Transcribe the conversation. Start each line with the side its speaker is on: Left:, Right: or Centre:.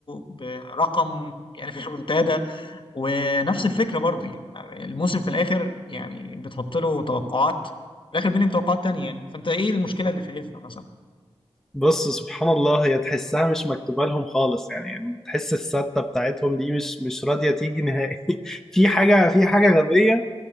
Left: برقم يعني في الريمونتادا ونفس الفكرة برضه يعني الموسم في الآخر يعني بتحط له توقعات في الآخر بينهم توقعات تانية يعني فأنت إيه المشكلة اللي شايفها مثلا؟
Centre: بص سبحان الله هي تحسها مش مكتوبه لهم خالص يعني تحس السته بتاعتهم دي مش مش راضيه تيجي نهائي <laughs> في حاجه في حاجه غبيه